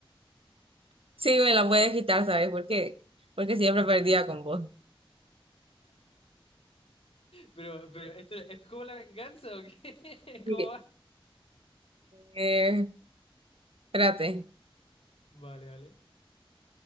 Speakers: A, on the right; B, on the left.
A: <laughs> sí, me la puedes quitar, ¿sabes? Porque, porque siempre perdía con vos.
B: Pero, pero, ¿esto, esto es como la venganza o qué? <laughs>
A: Sí.
B: ¿Cómo va?
A: Eh, espérate.
B: Vale, vale.